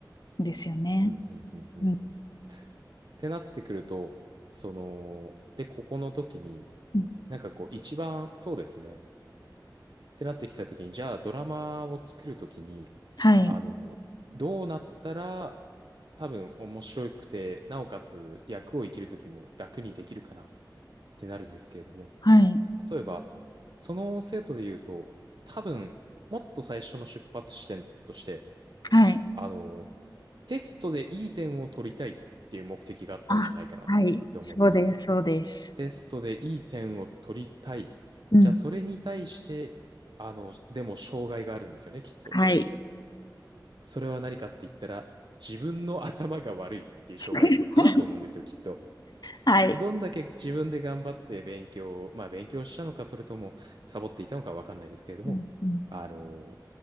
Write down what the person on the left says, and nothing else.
んですよね。
うん、
うん
はい。
はい。
はい。
あ、はい。そうです。そうです。
うん、
はい。
<laughs>
はい。
うん、うん、